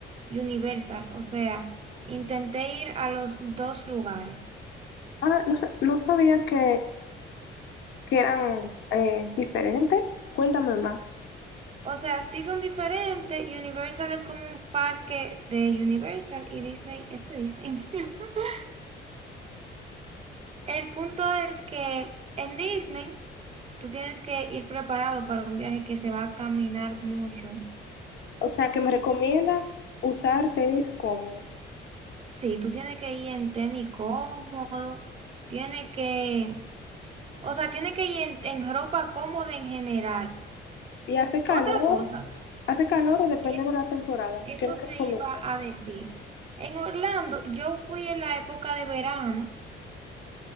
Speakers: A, on the right; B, on the left.
A: Universal, o sea, intenté ir a los dos lugares.
B: Ah, no, sa- no sabía que, que eran eh, diferentes. Cuéntame más.
A: O sea, sí son diferentes, Universal es como un parque de Universal y Disney es de Disney. <laughs> El punto es que en Disney tú tienes que ir preparado para un viaje que se va a caminar mucho.
B: O sea, que me recomiendas usar tenis cómodos.
A: Sí, tú tienes que ir en tenis cómodo, tienes que, o sea, tienes que ir en, en ropa cómoda en general.
B: ¿Y hace calor?
A: Otra cosa,
B: ¿Hace calor o depende
A: es,
B: de la temporada?
A: eso
B: ¿Qué me recomienda?
A: te iba a decir. En Orlando, yo fui en la época de verano